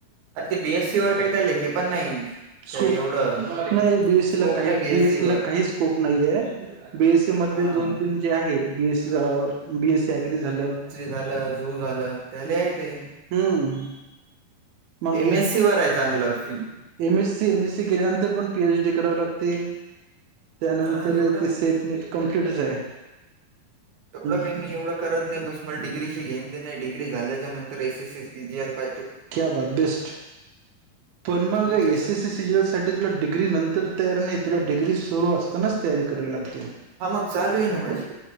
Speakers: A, on the right (about 65°); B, on the right (about 80°).
A: अरे ते बीएससी वर काही त्याले हे पण नाही काही
B: स्कोप
A: एवढं
B: नाही. बीएससी
A: स्कोप
B: ला काही
A: नाही
B: बीएससी
A: वर
B: ला काही स्कोप नाहीये. बीएससी मधले
A: हा
B: दोन तीन जे आहे, बीएससी बीएससी ॲग्री झालं-
A: झाल, झु झालं. त्याले
B: हम्म.
A: आहे ते
B: मग
A: एम एस सी वर आहे चांगलं फिल्-
B: M S C! M S C केल्यानंतर पण पी एच डी करावी लागते. त्यानंतर
A: हा एवढं
B: ते
A: नाही
B: सेट नेट कम्प्लीटच आहे.
A: तेवढं
B: म्हणजे
A: काही मी एवढं- करत नाही. बस मला डिग्रीशी घेन देन नाही. डिग्री झाल्याच्या नंतर एस एससी, सिजीएल पाहतो.
B: क्या बात! बेस्ट. पण
A: हम्म,
B: मग एससीसी
A: कसं
B: सिजीएलसाठी- तुला डिग्री नंतर तयारी नाही, तुला डिग्री सुरू असतानाच तयारी करावी लागते.
A: हा मग चालू आहे ना माझी.